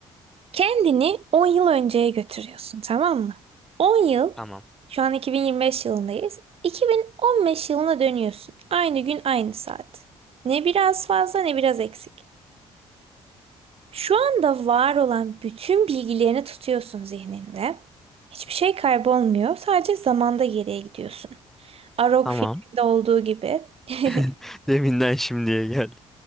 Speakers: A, on the right; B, in the centre.
A: Kendini 10 yıl önceye götürüyorsun tamam mı? 10 yıl,
B: Tamam.
A: şu an 2025 yılındayız. 2015 yılına dönüyorsun. Aynı gün aynı saat. Ne biraz fazla ne biraz eksik. Şu anda var olan bütün bilgilerini tutuyorsun zihninde. Hiçbir şey kaybolmuyor. Sadece zamanda geriye gidiyorsun. Arog
B: Tamam.
A: filminde olduğu gibi. <laughs>
B: <laughs> Deminden şimdiye geldi.